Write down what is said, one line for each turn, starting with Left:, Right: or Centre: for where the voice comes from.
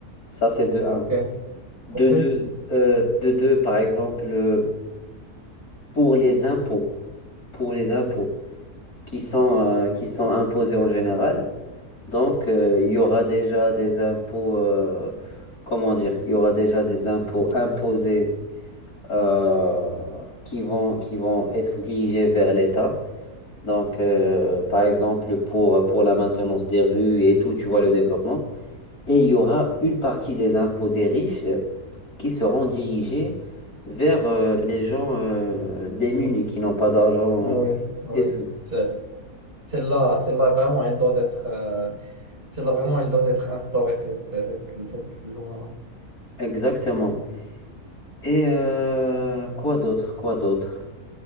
Left: Ça, c'est de un.
Right: Ok,
Left: De
Right: ok,
Left: deux, euh, de deux, par exemple, euh, pour les impôts, pour les impôts qui sont euh, qui sont imposés en général. Donc, euh, il y aura déjà des impôts. euh, comment dire, il y aura déjà des impôts imposés euh, qui vont, qui vont être dirigés vers l'État. Donc, euh, par exemple, pour, pour la maintenance des rues et tout, tu vois, le développement. Et il y aura une partie des impôts des riches euh, qui seront dirigés vers euh, les gens euh, démunis qui n'ont pas d'argent
Right: Ah oui, ah oui.
Left: et tout.
Right: C'est- Celle-là, celle-là, vraiment, elle doit être, euh, celle-là, vraiment, elle doit être instaurée, cette, cette, cette loi-là.
Left: Exactement. Et euh, quoi d'autre? Quoi d'autre?